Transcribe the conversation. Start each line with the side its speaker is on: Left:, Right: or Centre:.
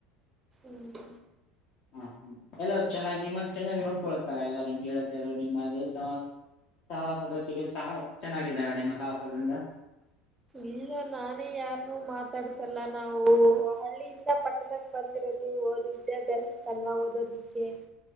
Right: ಹ್ಮ್
Left: ಹಾ ಹ್ಮ ಎಲ್ಲ ಚೆನ್ನಾಗಿ ನಿಮ್ಮ ಚೆನ್ನಾಗಿ ನೋಡ್ಕೊಳ್ತಾರ ಎಲ್ಲರು ನಿಮ್ಗೆ ಹೇಳೇಳ್ತರು ನಿಮ್ಮಲ್ಲಿಹ ಸಹವಾಸದೊಟ್ಟಿಗೆ ಸಹ ಚೆನ್ನಾಗಿದಾರ ನಿಮ್ಮ ಸಾಹಸದಿಂದ
Right: ಇಲ್ಲ ನಾನೇ ಯಾರನ್ನೂ ಮಾತಾಡ್ಸಲ್ಲ ನಾವು ಹಳ್ಳಿಯಿಂದ ಪಟ್ಟಣಕ್ಕೆ ಬಂದಿರೋದು ಹಓದು ವಿದ್ಯಾಭ್ಯಾಸ ಇತ್ತಲ್ವಾ ಓದೋದಿಕ್ಕೆ